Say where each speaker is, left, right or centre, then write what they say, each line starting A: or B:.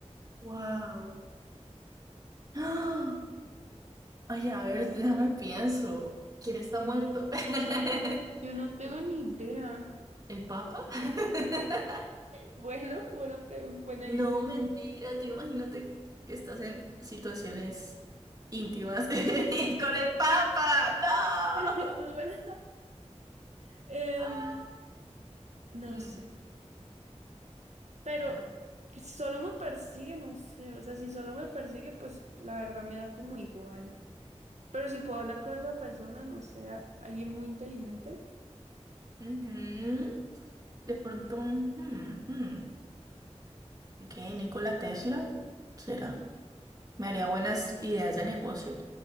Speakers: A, on the right; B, on the right.
A: Wow. ¡Ah! Ay, a ver, déjame pienso. ¿Quién está muerto? <laughs>
B: Yo no tengo
A: No,
B: ni idea. <laughs>
A: ¿El Papa? <laughs>
B: Bueno, buena pregunta, buena
A: No,
B: idea.
A: mentira, tú imagínate que que estás en situaciones íntimas <laughs> y con el Papa. ¡No!
B: <laughs> Eso es verdad. Em,
A: Ah,
B: no
A: mm,
B: sé, pero
A: déjame.
B: si solo me persigue, no sé. O sea, si solo me persigue, pues la verdad me da como igual. Pero si puedo hablar con esa persona, no sé, a- alguien muy inteligente.
A: Ujú. De pronto, mm, mm. ¿Qué? ¿Nikola Tesla? ¿Será? Me haría buenas ideas de negocio.